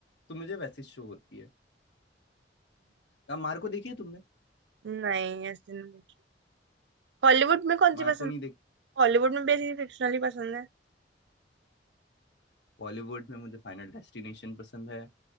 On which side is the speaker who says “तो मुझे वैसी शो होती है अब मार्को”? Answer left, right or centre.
Left